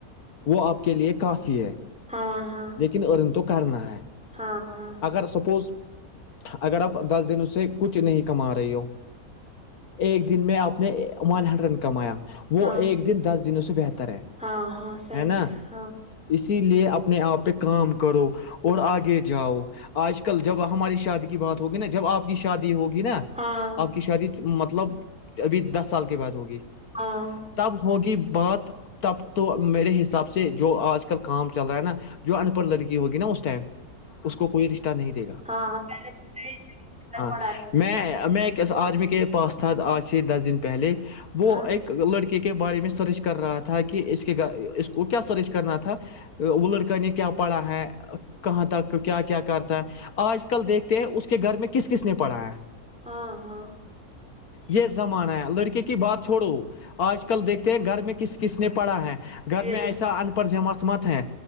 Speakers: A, on the left (about 75°); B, in the centre.
A: وہ آپ کے لیے کافی ہے
B: ہاں ہاں
A: لیکن ارن تو کرنا ہے
B: ہاں ہاں ہاں ہاں ہاں
A: اگر سپوز اگر آپ دس دن اس سے کچھ نہیں کما رہی ہو ایک د دن میں آپ نے ون ہنڈ رن کمایا وہ
B: ہاں
A: ایک دن دس دنوں سے بہتر ہے
B: ہاں ہاں سچ
A: ہے نا
B: ہاں
A: اسی لیے اپنے آپ پہ کا کرو اور آگے جاؤ آج کل جب ہماری شادی کی بات ہوگی نا جب آپ کی شادی ہوگی نا
B: ہاں
A: آپ کی شادی مطلب ابھی دس سال کے بعد ہوگی
B: ہاں
A: تب ہوگی بات تب تو میرے حساب سے جو آج کل کام چل رہا ہے نا جو انپڑھ لڑکی ہوگی نا اس ٹائم اس کوئی رشتہ نہیں دے گا
B: ہاں ہاں
A: ہاں
B: پڑھائی
A: میں میں ایک آدمی کے پاس تھا آج سے دس دن پہلے وہ
B: ہاں
A: ایک لڑکے کے بارے میں سرچ کر رہا تھا کہ اس کے اس کو کیا سرچ کرنا تھا وہ لڑکا نے کیا پڑھا ہے کہاں تک کیا کیا کرتا ہے آج کل دیکھتے ہیں اس کے گھر میں کس کس نے پڑھا ہے
B: ہاں ہاں
A: یہ زمانہ ہے لڑکے کی بات چھوڑو آج کل دیکھتے ہیں گھر میں کس کس نے پڑھا ہے گھر
B: یہ
A: میں ایسا ان پڑھ جمات مت ہے